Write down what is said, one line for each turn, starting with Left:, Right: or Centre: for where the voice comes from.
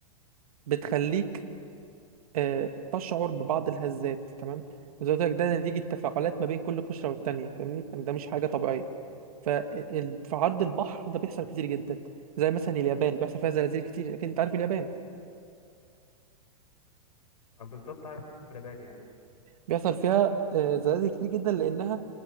Right: بتخليك آه، تشعر ببعض الهزات تمام وزي ما قلت لك ده نتيجه تفاعلات ما بين كل قشره والتانيه فاهمني يعني ده مش حاجه طبيعيه ففي عرض البحر ده بيحصل كتير جدا زي مثلا اليابان بيحصل فيها زلازل كتير اكيد انت عارف اليابان
Left: آه، بالظبط عارف اللبان يعني
Right: بيحصل فيها آه، زلازل كتير جدا لانها